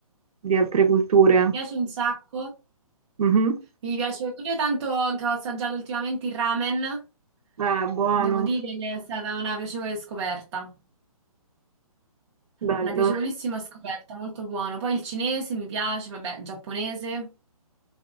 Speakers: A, on the right (about 75°); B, on the right (about 45°).
A: di altre culture?
B: piace un sacco.
A: Mhm.
B: Mi piace pure tanto che ho assaggiato ultimamente il ramen.
A: Eh, buono,
B: Devo dire che è stata una piacevole scoperta.
A: bello.
B: Una piacevolissima scoperta, molto buono. Poi il cinese mi piace, vabbè, il giapponese.